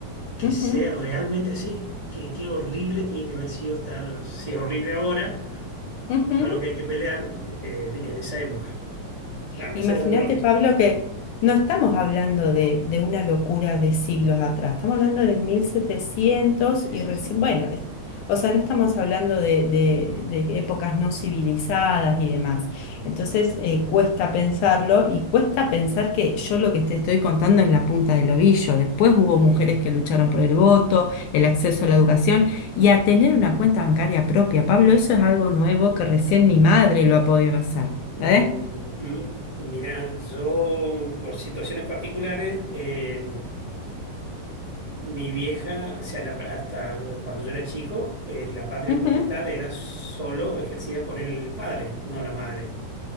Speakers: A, on the right; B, on the left.
A: que
B: Ujú,
A: sea realmente así. Qué, qué horrible tiene que haber sido estar, si es horrible ahora,
B: ujú.
A: con todo lo que hay que pelear, eh, en, en esa época. Ah, me
B: Imagínate,
A: haces dar bronca.
B: Pablo, que no estamos hablando de, de una locura de siglos atrás, estamos hablando de mil setecientos
A: Sí,
B: y
A: sí,
B: recién,
A: sí.
B: bueno, es- o sea, no estamos hablando de, de- de épocas no civilizadas y demás. Entonces, eh, cuesta pensarlo y cuesta pensar que yo lo que te estoy contando es la punta del ovillo. Después hubo
A: Y-
B: mujeres que lucharon por el voto, el acceso a la educación y a tener una cuenta bancaria propia. Pablo, eso es algo nuevo que recién mi madre lo ha podido hacer.
A: Ujú.
B: ¿eh?
A: Mirá, yo por situaciones particulares, eh, mi vieja, o sea, la- hasta cuando yo era chico, eh, la patria
B: Ujú.
A: potestad era solo ejercida por el padre, no la madre.